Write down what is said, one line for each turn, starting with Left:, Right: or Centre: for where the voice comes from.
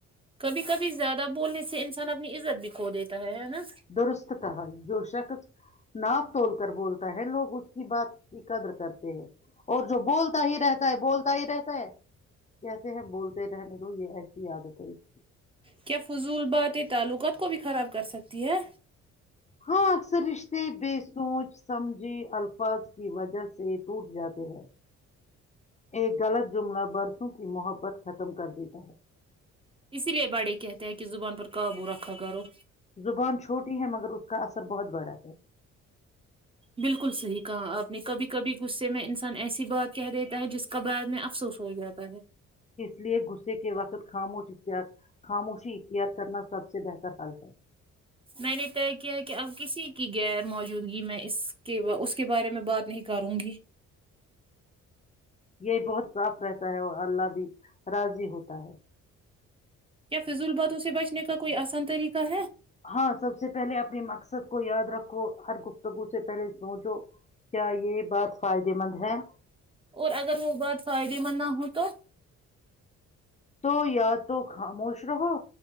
Right: کبھی کبھی زیادہ بولنے سے انسان اپنی عزت بھی کھ دیتا ہے ہے نا
Left: درست کہا جو شخص ناپ توول کر بولتا ہے لوگ اس کی بات کی قدر کرتے ہیں اور جو بولتا ہی رہتا ہے بولتا ہی رہتا ہے کہتے ہیں بولتے رہنے دو یہ ایسی عادت ہے اس کی
Right: کیا فضول بات یہ تعلقات کو بھی خراب کر سکتی ہے
Left: ہاں اکثر رشتے بے سوچ سمجھی الفاظ کی وجہ سے ٹوٹ جاتے ہیں ایک غلط جملہ برسوں کی محبت ختم کر دیتا ہے
Right: اسی لیے بڑے کہتے ہیں کہ زبان پر قابو رکھا کرو
Left: زبان چھوٹی ہے مگر اس کا اثر بہت بڑا ہے
Right: بالکل صحیح کہا آپ نے کبھی کبھی غصے میں انسان ایسی بات کہہ دیتا ہے جس کا بعد میں افسوس ہو جاتا ہے
Left: اس لیے غصے کے وقت خاموش ا کیا خاموشی اخ کیئت کرنا سب سے بہتر حل ہے
Right: میں نے طے کیا کہ اب کسی کی غیر موجودگی میں اس کے اس کے بارے میں بات نہیں کروں گی
Left: یہ بہت صاف رہتا ہے اور اللہ بھی راضی ہوتا ہے
Right: کف فضل باتوں سے بچنے کا کوئی آسان طریقہ ہے
Left: ہاں سب سے پہلے اپنے مقصد کو یاد رکھو ہر گفتگو سے پہلے سوچو کیا یہ بات فائدے مند ہے
Right: اور اگر وہ بہت فائدے مند نہ ہو تو
Left: تو یا تو خاموش رہو